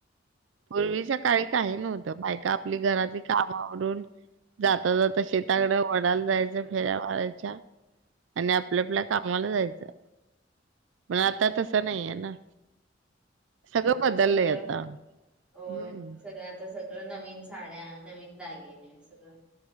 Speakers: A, on the right; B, in the centre.
A: पूर्वीच्या काळी काही नव्हतं, बायका आपली घरातील कामं आवरून जाता जाता शेताकड वडाला जायचं, फेऱ्या मारायच्या आणि आपल्या आपल्या कामाला जायचं. पण आता तसं नई ये ना सगळं
B: आता
A: बदललय
B: सगळं
A: आता हम्म.
B: होय सगळं आता सगळं नवीन साड्या, नवीन दागिने सगळं